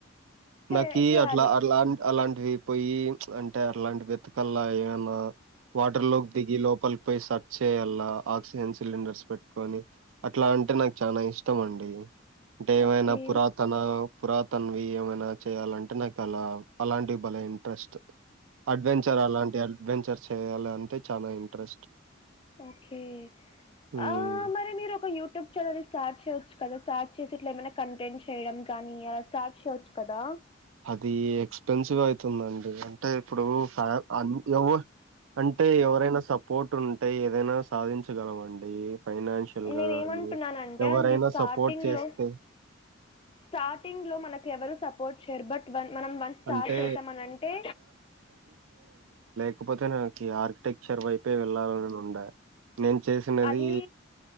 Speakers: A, on the left; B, on the right.
A: చే
B: నాకి
A: చేయాలి
B: అట్లా అలా అలాంటివి పోయి అంటే అలాంటి వెతికల్లా ఏయన్నా వాటర్ లోకి దిగి లోపలికి పోయి సర్చ్ చేయలా ఆక్సిజన్ సిలిండర్స్ పెట్టుకొని అట్లా అంటే నాకు చాల ఇష్టం అండి అంటే ఏమైనా
A: ఓకే
B: పురాతన పురాతనవి ఏమైనా చేయాలంటే నాకు అలా అలాంటివి బలే ఇంట్రెస్ట్ అడ్వెంచర్ అలాంటి అడ్వెంచర్ చేయాలి అంటే చాలా ఇంట్రెస్ట్
A: ఓకే
B: హ్మ్.
A: ఆ మరి మీరు ఒక యూట్యూబ్ ఛానల్ స్టార్ట్ చేయవచ్చు కదా స్టార్ట్ చేసి ఇట్ల ఏమైనా కంటెంట్ చేయడం కానీ అలా స్టార్ట్ చేయవచ్చు కదా
B: అది ఎక్స్పెన్సివ్ అవుతుందండి అంటే ఇప్పుడు ఫ ఎవ అంటే ఎవరైనా సపోర్ట్ పట్టు ఉంటే ఏదైనా సాధించగలం అండి ఫైనాన్షియల్
A: నేనేమంటున్నానంటే
B: గా గానీ ఎవరైనా
A: అండి స్టార్టింగ్
B: సపోర్ట్ చేస్తే
A: లో స్టార్టింగ్ లో మనకు ఎవరు సపోర్ట్ చేయరు బట్ వన్ మనం వన్ స్టార్ట్
B: అంటే
A: చేసామని అంటే
B: ఒక్కడికైనా ఆర్కిటెక్చర్ వైపే వెళ్ళాలని ఉంద నేను చేసినది
A: అది